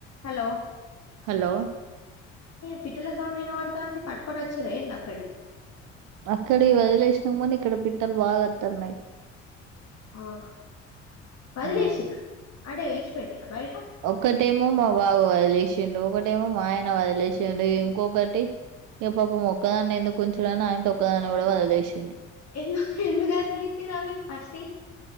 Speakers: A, on the left; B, on the right.
A: హలో
B: హలో
A: పిట్టల సౌండ్ వినపడుతోంది పట్టుకొని వచ్చింరా ఏది అక్కడివి.
B: అక్కడయి వదిలేసినము కాని ఇక్కడ పిట్టలు బాగాత్తన్నాయి.
A: అవునా వదిలేసిన్రా
B: అవును
A: అంటే ఇష్ పెట్టిండ్రా బయట
B: ఒక్కటేమో మా బాబు వదిలేసిండు ఒకటేమో మా ఆయన వదిలేసిండు ఇంకొకటి పాపం మొక్కదాన్ని ఎందుకు ఉంచడాని ఆయనతో ఒక్కదాన్ని కూడా వదిలేసిండు.
A: ఎందుకు వదిలేసిండ్రు అవి ఫస్ట్ యి